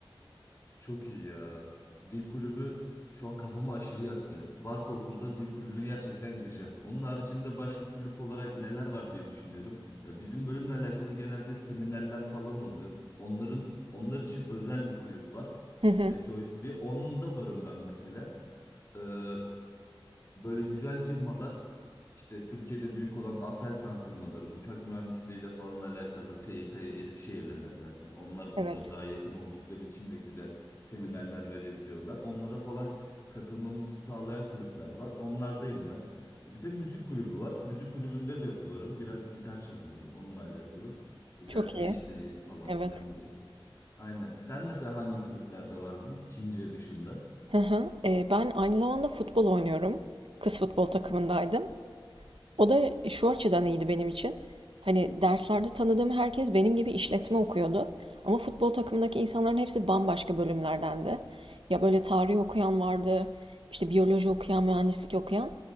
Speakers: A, on the left; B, on the right.
A: Çok iyi ya. Dil kulübü şu an kafama aşırı yattı. Varsa okulda dil kulübüne gerçekten gireceğim. Onun haricinde başka kulüp olarak neler var diye düşünüyorum. Ee, Bizim bölümle alakalı genelde seminerler falan oluyor. Onların onlar için özel bir kulüp var.
B: Hı hı.
A: SOS diye. Onun da varım ben mesela. Ee, Böyle güzel firmalar işte Türkiye'de büyük olan Aselsan firmaları uçak mühendisliğiyle falan alakalı TİTA'yı Eskişehir'deler zaten. Onlar
B: Evet.
A: burada daha yakın oldukları için de güzel seminerler verebiliyorlar. Onlara falan katılmamızı sağlayan kulüpler var. Onlardayım ben. Bir de müzik kulübü var. Müzik kulübünde de varım. Biraz gitar çalıyorum onunla alakalı. İşte biraz
B: Çok
A: geliştireyim
B: iyi.
A: falan
B: Evet.
A: filan diye. Aynen. Sen mesela hangi kulüplerde vardın? Çince dışında.
B: Hı hı. Eee, ben aynı zamanda futbol oynuyorum. Kız futbol takımındaydım. O da şu açıdan iyiydi benim için. Hani derslerde tanıdığım herkes benim gibi işletme okuyordu. Ama futbol takımındaki insanların hepsi bambaşka bölümlerdendi. Ya böyle tarih okuyan vardı, işte biyoloji okuyan, mühendislik okuyan.